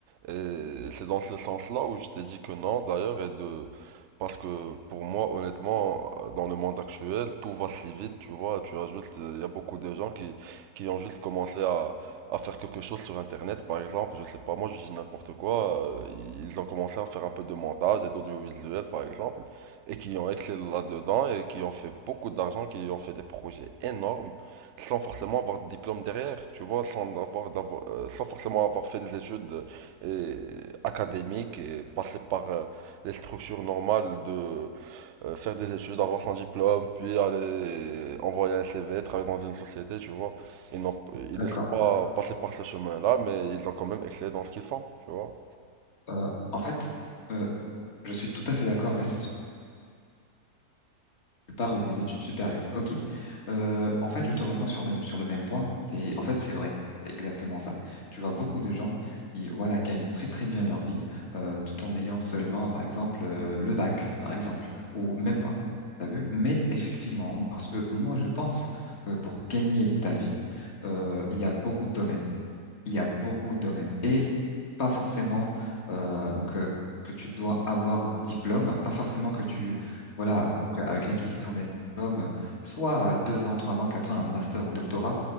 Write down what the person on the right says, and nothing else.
Et c'est dans ce sens-là où je t'ai dit que non d'ailleurs et de Parce que pour moi, honnêtement, euh, dans le monde actuel, tout va si vite, tu vois. Tu as juste, il y a beaucoup de gens qui, qui ont juste commencé à, à faire quelque chose sur Internet, par exemple, je sais pas, moi je dis n'importe quoi, euh, ils ont commencé à faire un peu de montage et d'audiovisuel, par exemple, et qui ont excellé là-dedans et qui ont fait beaucoup d'argent, qui ont fait des projets énormes, sans forcément avoir de diplôme derrière, tu vois, sans avoir, d'avoir, euh, sans forcément avoir fait des études euh, et académiques et passer par euh, les structures normales de euh, faire des études, avoir son diplôme, puis aller envoyer un CV, travailler dans une société, tu vois. Ils n'ont, ils
ne sont pas passés par ce chemin-là, mais ils ont quand même excellé dans ce qu'ils font, tu vois.